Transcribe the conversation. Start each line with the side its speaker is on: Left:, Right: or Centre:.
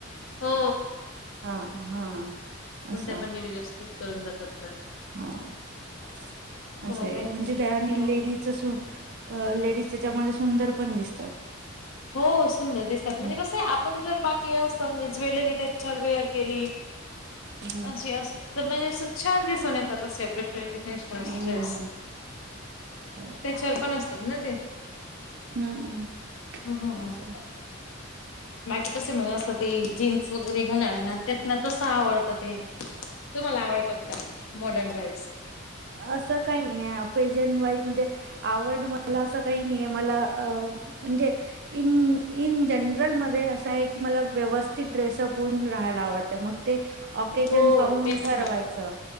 Left: हो
Right: हा हा
Left: कोणत्या
Right: असं
Left: पण लेडीज वर सू करून जातात काय
Right: हा <unintelligible> असाय
Left: ना त्यांचं.
Right: म्हणजे ज्यांनी
Left: हो
Right: लेडीच सू अ लेडीज जेच्यामध्ये सुंदर पण दिसतात.
Left: हो सुंदर दिसतात म्हणजे
Right: हम्म
Left: कसाय आपण जर बाकी अस हा म्हणजे ज्वेलरी त्याच्यावर वेअर केली.
Right: हम्म
Left: म्हणजे असं तर म्हणजे असं छान दिसून येतता सेपरेटे <unintelligible> वेस्टर्नस
Right: हम्म
Left: ड्रेस
Right: हम्म
Left: त्याच्यावर पण असतात ना ते.
Right: हम्म.
Left: हम्म हम्म हम्म.
Right: असं
Left: बाकी कस म्हअ अस ते जीन्स वगरे घालणाऱ्यांना त्यांना तस आवडतं ते तुम्हाला आवडतात का मॉडर्न ड्रेस.
Right: असं काय नाहीये अपेजन वाईज म्हणजे आवड मला असं काय नाहीये मला अ म्हणजे इन इन जनरल मध्ये असं हाय की मला व्यवस्थित ड्रेसअप हून. राहायला आवडतय मग ते ऑकेजन
Left: हो
Right: पाहून
Left: तेच
Right: ठरवायचं
Left: ना.